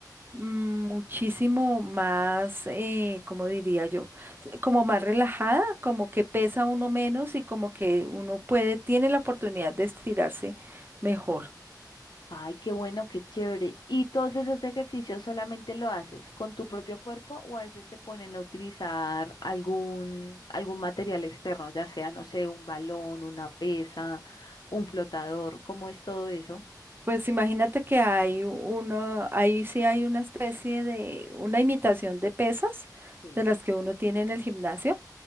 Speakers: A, on the right (about 30°); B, on the left (about 75°).
A: mm, Muchísimo más, eh, ¿cómo diría yo? S- Como más relajada, como que pesa uno menos y como que uno puede, tiene la oportunidad de estirarse mejor.
B: Ay, qué bueno, qué chévere. ¿Y todos esos ejercicios solamente lo haces con tu propio cuerpo o a veces te ponen a utilizar algún, algún material externo, ya sea, no sé, un balón, una pesa, un flotador? ¿Cómo es todo eso?
A: Pues imagínate que hay una, ahí sí hay una especie de, una imitación de pesas
B: Sí.
A: de las que uno tiene en el gimnasio.